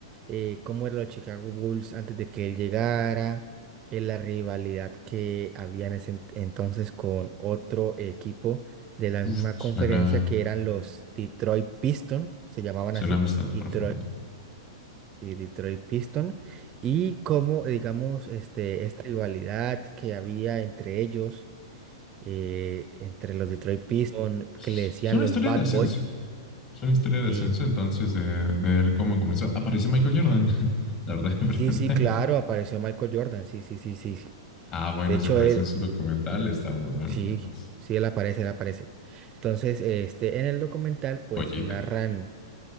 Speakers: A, on the right; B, on the left.
A: eh, cómo eran los Chicago Bulls antes de que él llegara, eh, la rivalidad que había en ese ent- entonces con otro equipo de la misma
B: Uf, suena,
A: conferencia que eran los Detroit Pistons, se llamaban
B: suena
A: así,
B: bastante
A: Detroit,
B: profundo.
A: eh, Detroit Pistons, y cómo, digamos, este, esta rivalidad que había entre ellos, eh, entre los Detroit Pistons,
B: Es,
A: que le decían
B: es una
A: los
B: historia
A: Bad
B: de ascenso.
A: Boy,
B: Es una historia de
A: sí.
B: ascenso, entonces, de, de ver cómo comenzó. Aparece Michael Jordan, <laughs> la verdad. <laughs>
A: Sí, sí, claro, apareció Michael Jordan, sí, sí, sí, sí. sí.
B: Ah, bueno,
A: De hecho,
B: si aparece
A: él,
B: en su documental, está muy bueno.
A: sí,
B: Entonces,
A: sí, él aparece, él aparece. Entonces, este, en el documental, pues
B: joyita.
A: narran,